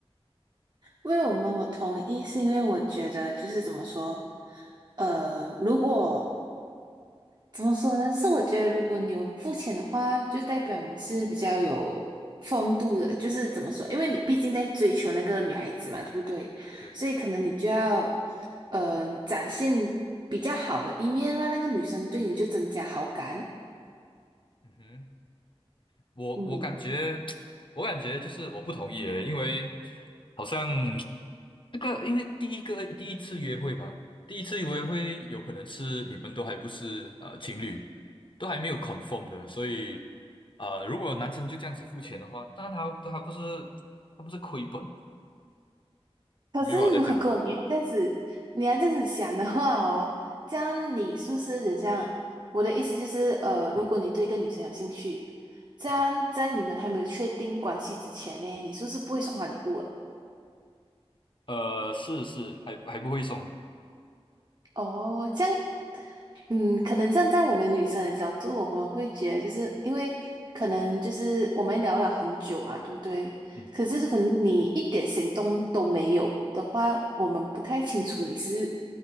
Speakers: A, on the right; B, on the left.
A: 为我们我同意，是因为我觉得就是怎么说，呃，如果怎么说呢？是我觉得如果你有付钱的话，就代表你是比较有风度的。就是怎么说，因为你毕竟在追求那个女孩子嘛，对不对？
B: 对，
A: 所以可能你就要，嗯、展现比较好的一面，让那个女生对你就增加好感。
B: 嗯哼，我我感觉
A: 嗯。
B: <tsk> 我感觉就是我不同意耶，因为好像。这个因为第一个第一次约会嘛，第一次约会有可能是你们都还不是呃情侣，都还没有 confirm 的，所以呃，如果男生就这样子付钱的话，那他他不是他不是亏本？
A: 可是如果你要这样子，
B: 你明白我在讲吗？
A: 你要这样子想的话哦，这样你是不是很像？我的意思就是，呃，如果你对一个女生有兴趣，
B: 嗯，
A: 这样在你们还没有确定关系之前呢，
B: 对，
A: 你是不是不会送她礼物的？
B: 呃，是是，还还不会送，
A: 哦，这样，嗯，可能站在我们女生的角度，我们会觉得就是因为可能就是我们聊了很久嘛，对不对？
B: 嗯。
A: 可是可能你一点行动都没有的话，我们不太清楚你是